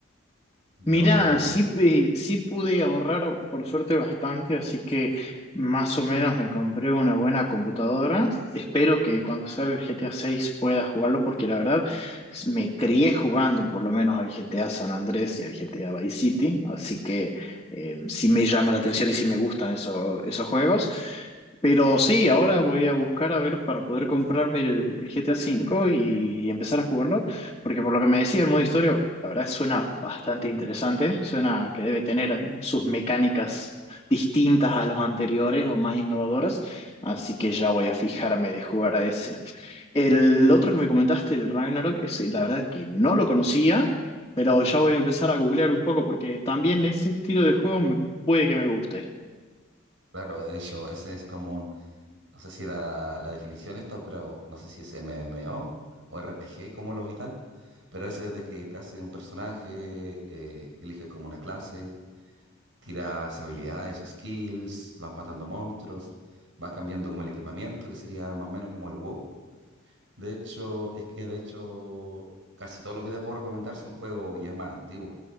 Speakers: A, on the right; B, on the left.
A: demasiado
B: Mirá,
A: computador.
B: sí, eh, sí pude ahorrar por suerte bastante, así que más o menos me compré una buena computadora. Espero que cuando salga el GTA 6 pueda jugarlo, porque la verdad s- me crié jugando por lo menos al GTA San Andrés y al GTA Vice City, así que eh, sí me llama la atención y sí me gustan eso- esos juegos. Pero sí, ahora voy a buscar a ver para poder comprarme el, el GTA 5 y y empezar a jugarlo. Porque por lo que me decía el modo historia, la verdad suena bastante interesante, suena que debe tener sus mecánicas distintas a los anteriores o más innovadoras, así que ya voy a fijarme de jugar a ese. El otro que me comentaste, el Ragnarok, ese, la verdad que no lo conocía, pero ya voy a empezar a googlear un poco porque también ese estilo de juego me- puede que me guste.
A: Claro, de hecho, ese es común. No sé si era la definición esto, pero no sé si es MMO o RPG como lo vital. Pero ese de que te hace un personaje, eh, eliges como una clase, tiras habilidades o skills, vas matando monstruos, vas cambiando como el equipamiento, que sería más o menos como el WoW. De hecho, es que de hecho casi todo lo que te puedo recomendar son juegos ya más antiguos.